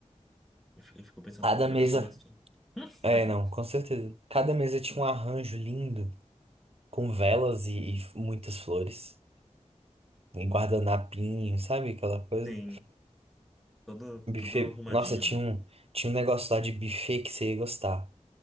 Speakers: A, in the centre; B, on the right.
A: Eu fico, eu fico pensando
B: Cada
A: quanto que
B: mesa.
A: a pessoa gastou. <gasps>
B: É,
A: <laughs> Aquele.
B: não, com certeza. Cada mesa tinha um arranjo lindo, com velas e, e muitas flores. Em guardanapinho, sabe? Aquela coisa.
A: Sim, todo,
B: Buffet.
A: todo arrumadinho,
B: Nossa, tinha
A: né?
B: um, tinha um negócio lá de buffet que você ia gostar.